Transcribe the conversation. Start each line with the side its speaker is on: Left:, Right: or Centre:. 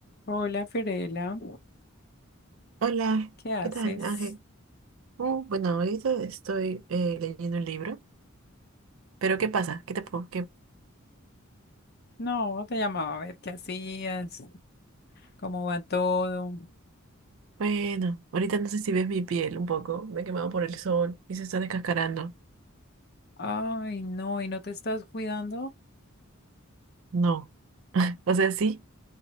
Left: Hola Fiorella,
Right: Hola,
Left: ¿qué haces?
Right: ¿qué tal, Ángel? Uh, bueno, ahorita estoy eh, leyendo un libro, pero ¿qué pasa? ¿Qué te puedo? qué-
Left: No, te llamaba a ver qué hacías, cómo va todo.
Right: Bueno, ahorita no sé si ves mi piel un poco, me he quemado por el sol y se está descascarando.
Left: Ay, no, ¿y no te estás cuidando?
Right: No. <laughs> O sea, sí,